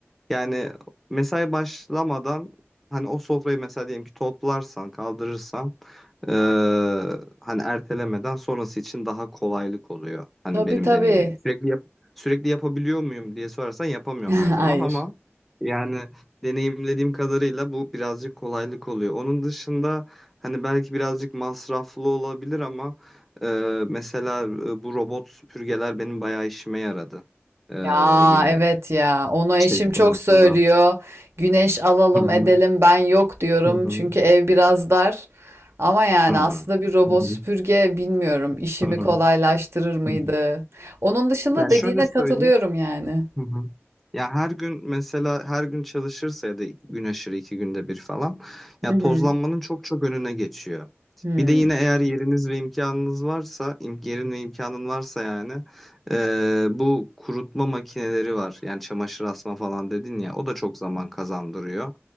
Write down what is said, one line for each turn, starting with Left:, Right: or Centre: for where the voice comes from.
Centre: Yani mesai başlamadan hani o sofrayı mesela diyelim ki toplarsan, kaldırırsan ee, hani ertelemeden sonrası için daha kolaylık oluyor. Hani
Right: Tabii
Centre: benim
Right: tabii.
Centre: deneyimlerim. Sürekli yap sürekli yapabiliyor muyum diye sorarsan yapamıyorum
Right: <laughs>
Centre: her zaman ama
Right: Hayır.
Centre: yani deneyimlediğim kadarıyla bu birazcık kolaylık oluyor. Onun dışında hani belki birazcık masraflı olabilir ama ee, mesela e, bu robot süpürgeler benim bayağı işime yaradı. Ee,
Right: Ya
Centre: yine
Right: evet ya onu eşim
Centre: şey konusunda.
Right: çok söylüyor. Güneş alalım
Centre: Hı hı.
Right: edelim ben yok diyorum
Centre: Hı hı.
Right: çünkü ev biraz dar. Ama yani
Centre: Hı.
Right: aslında bir robot
Centre: Hı hı.
Right: süpürge bilmiyorum işimi
Centre: Hı hı.
Right: kolaylaştırır mıydı?
Centre: Hı hı.
Right: Onun dışında
Centre: Ya
Right: dediğine
Centre: şöyle söyleyeyim.
Right: katılıyorum yani.
Centre: Hı hı. Ya her gün mesela her gün çalışırsa ya da gün aşırı iki günde bir falan ya
Right: Hı hı.
Centre: tozlanmanın çok çok önüne geçiyor.
Right: Hmm.
Centre: Bir de yine eğer yeriniz ve imkanınız varsa, im yerin ve imkanın varsa yani eee, bu kurutma makineleri var. Yani çamaşır asma falan dedin ya o da çok zaman kazandırıyor.